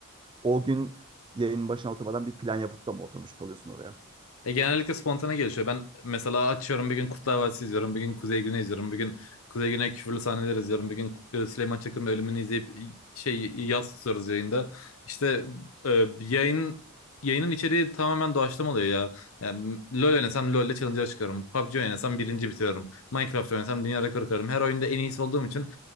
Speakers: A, on the right; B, on the left.
A: o gün yayının başına oturmadan bir plan yapıp da mı oturmuş oluyorsun oraya?
B: E, genellikle spontane gelişiyor. Ben mesela açıyorum bir gün Kurtlar Vadisi izliyorum. Bir gün Kuzey Güney izliyorum. Bir gün Kuzey Güney küfürlü sahneler izliyorum. Bir gün e, Süleyman Çakır'ın ölümünü izleyip e, şey yaz tutuyoruz yayında. İşte e, yayın yayının içeriği tamamen doğaçlama oluyor ya. Yani, LoL oynasam LoL'de challenge'a çıkıyorum. PUBG oynasam birinci bitiriyorum. Minecraft oynasam dünya rekoru kırarım. Her oyunda en iyisi olduğum için